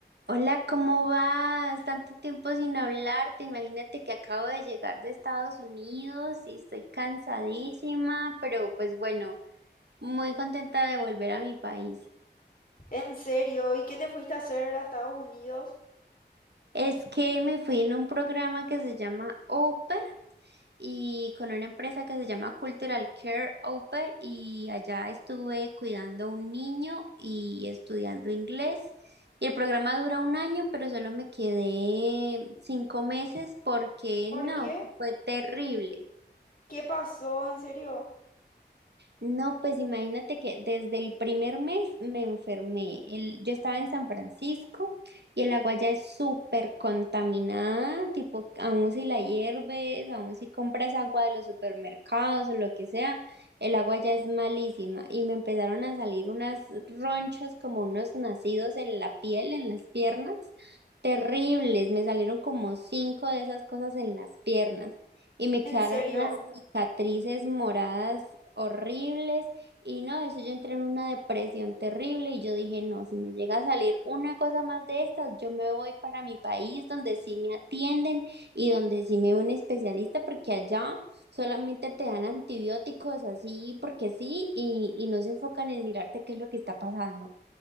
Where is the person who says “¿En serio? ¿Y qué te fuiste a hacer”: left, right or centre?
Left